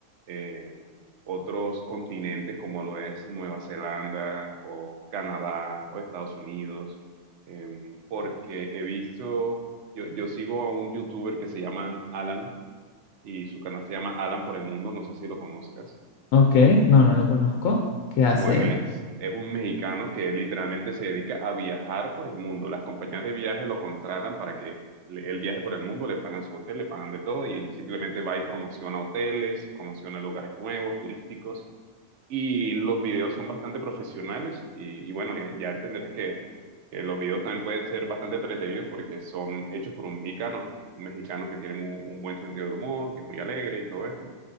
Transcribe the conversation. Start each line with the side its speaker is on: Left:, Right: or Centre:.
Right: eh, otros continentes como lo es Nueva Zelanda o Canadá o Estados Unidos, em, porque he visto, yo, yo sigo a un youtuber que se llama Alan y su canal se llama Alan por el Mundo, no sé si lo conozcas.
Left: ¿Ok? No, no lo conozco. ¿Qué hace
Right: Bueno,
Left: él?
Right: es, es un mexicano que literalmente se dedica a viajar por el mundo. Las compañías de viaje lo contratan para que le- él viaje por el mundo, le pagan su hotel, le pagan de todo y él simplemente va y promociona hoteles, promociona lugares nuevos, turísticos. Y los videos son bastante profesionales y, y bueno, ya ya entenderás que, que los videos también pueden ser bastante entretenidos porque son hechos por un mexicano, un mexicano que tiene mu- un buen sentido del humor, que es muy alegre y todo esto.